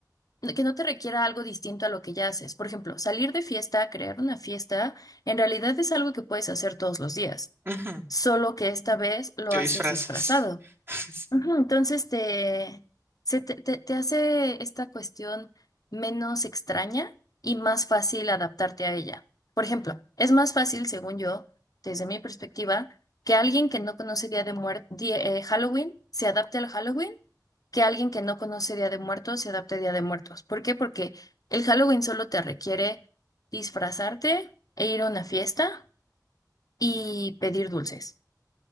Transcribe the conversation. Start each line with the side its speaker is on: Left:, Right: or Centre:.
Left: que no te requiera algo distinto a lo que ya haces. Por ejemplo, salir de fiesta, crear una fiesta, en realidad es algo que puedes hacer todos los días,
Right: ujú,
Left: solo que esta vez lo
Right: Te
Left: haces
Right: disfrazas.
Left: disfrazado.
Right: <laughs>
Left: Ujú, Entonces te, se te, te- te hace esta cuestión menos extraña y más fácil adaptarte a ella. Por ejemplo, es más fácil, según yo, desde mi perspectiva, que alguien que no conoce Día de Muertos, Halloween, se adapte al Halloween, que alguien que no conoce Día de Muertos se adapte a Día de Muertos. ¿Por qué? Porque el Halloween solo te requiere disfrazarte e ir a una fiesta y pedir dulces.